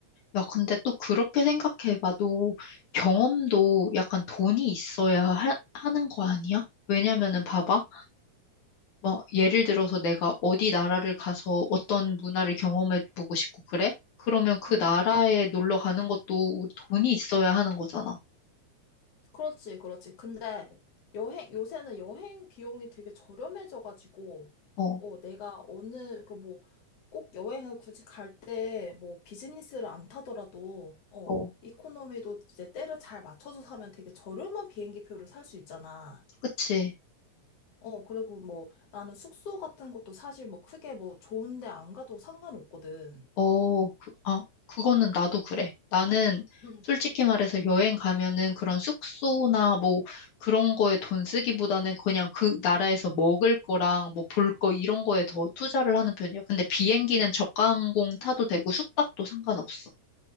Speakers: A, on the left; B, on the left.
A: 야, 근데 또 그렇게 생각해봐도 경험도 약간 돈이 있어야 하, 하는 거 아니야? 왜냐면은 봐봐. 뭐, 예를 들어서 내가 어디 나라를 가서 어떤 문화를 경험해 보고 싶고 그래? 그러면 그
B: 응?
A: 나라에 놀러 가는 것도 우- 돈이 있어야 하는 거잖아.
B: 그렇지, 그렇지. 근데 여행, 요새는 여행 비용이 되게 저렴해져가지고,
A: 어,
B: 어, 내가 어느, 그 뭐, 꼭 여행을 굳이 갈 때 뭐 비즈니스를 안 타더라도, 어,
A: 어,
B: 이코노미도 이제 때를 잘 맞춰서 사면 되게 저렴한 비행기 표를 살 수 있잖아.
A: 그치.
B: 어, 그리고 뭐 나는 숙소 같은 것도 사실 뭐 크게 뭐 좋은데 안 가도 상관없거든.
A: 어, 그, 아, 그거는 나도 그래. 나는
B: 응.
A: 솔직히 말해서 여행 가면은 그런 숙소나 뭐 그런 거에 돈 쓰기보다는 그냥 그 나라에서 먹을 거랑 뭐 볼 거 이런 거에 더 투자를 하는 편이야. 근데 비행기는 저가 항공 타도 되고 숙박도 상관없어.